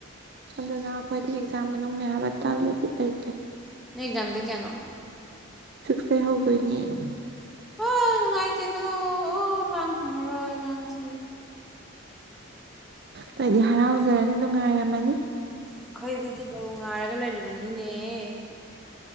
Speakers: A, on the right; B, in the centre.
A: ꯑꯗꯨꯅ ꯑꯩꯈꯣꯏꯗꯤ ꯑꯦꯛꯖꯥꯝ ꯃꯅꯨꯡꯅꯦ ꯍꯥꯏꯕ ꯇꯟꯂꯦ ꯕꯤꯠ ꯂꯩꯇꯦ꯫
B: ꯅꯪ ꯑꯦꯛꯖꯥꯝ ꯗꯦꯠ ꯀꯌꯥꯅꯣ꯫
A: ꯁꯤꯛꯁꯇꯩ ꯍꯧꯗꯣꯏꯅꯦ ꯫
B: ꯑꯣ ꯅꯨꯡꯉꯥꯏꯇꯦꯗꯣ ꯑꯣ ꯂꯥꯡ ꯐꯪꯉꯔꯣꯏ ꯑꯉꯥꯡꯁꯦ꯫
A: ꯅꯪꯗꯤ ꯍꯔꯥꯎꯖꯔꯅꯤ ꯅꯨꯡꯉꯥꯏꯔꯝꯃꯅꯤ꯫
B: ꯑꯩꯈꯣꯏꯗꯤ ꯑꯗꯨꯗꯕꯨ ꯉꯥꯏꯔꯒ ꯂꯩꯔꯤꯕꯅꯤꯅꯦ ꯫